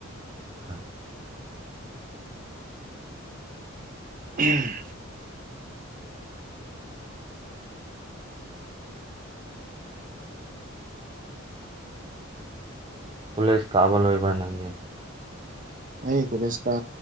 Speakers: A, on the right; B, on the right.
A: ꯑꯆꯥ
B: ꯎꯝ
A: ꯀꯣꯂꯦꯖ ꯀꯥꯕ ꯂꯣꯏꯕ ꯅꯪꯅꯤ
B: ꯑꯩ ꯀꯣꯂꯦꯖ ꯀꯥ